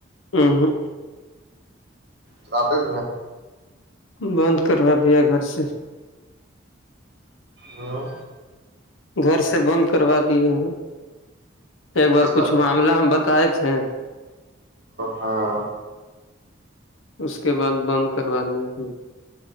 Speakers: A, on the left; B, on the right.
A: ہاں
B: چرات ہیں
A: بند کروا دیا گھر سے
B: ہاں
A: گھر سے بند کروا دیے ایک بار
B: دوسرا
A: کچھ معاملہ ہم بتا کا ہے تھ ہیں
B: ہاں
A: اس کے بعد بند کروانی ہے